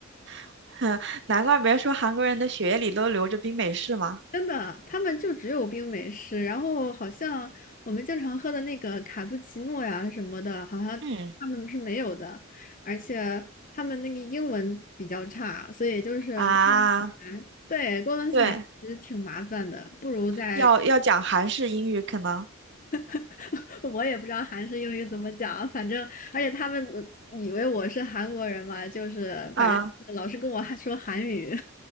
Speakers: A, on the right; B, on the left.
A: <laughs> 哼，难怪别人说韩国人的血液里都流着冰美式嘛。
B: 真的，他们就只有冰美式，然后好像我们经常喝的那个卡布奇诺呀什么的，好像他们是没有的，
A: 嗯
B: 而且他们那个英文比较差，所以就是沟通起来，
A: 啊，
B: 对，沟通起来其实挺麻烦的，
A: 对，
B: 不如在，
A: 要要讲韩式英语可能，
B: <laughs> 我也不知道韩式英语怎么讲，反正而且他们呃以为我是韩国人嘛，就是反正就是老是跟我还说韩语，
A: 啊，